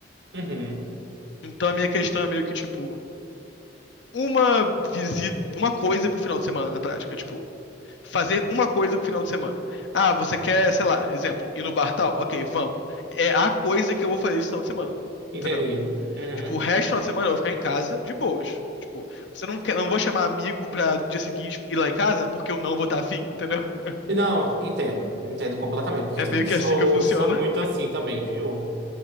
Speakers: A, on the right; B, on the left.
A: Uhum.
B: Então a minha questão é meio que, tipo, uma visita, uma coisa pro final de semana, na prática. Tipo, fazer uma coisa pro final de semana. Ah, você quer, sei lá, exemplo, ir no bar tal? Ok, vamos. É a coisa que eu vou fazer esse final de semana.
A: Entendi.
B: Entendeu?
A: Uhum.
B: Tipo, o resto do final de semana eu vou ficar em casa de boas. Tipo, você não quer, não vou chamar amigo pra dia seguinte ir lá em casa porque eu não vou estar afim, entendeu? <laughs>
A: E Não, entendo. Entendo completamente, porque
B: É
A: eu
B: meio
A: também
B: que
A: <laughs> sou,
B: assim que funciona.
A: sou muito assim também, viu?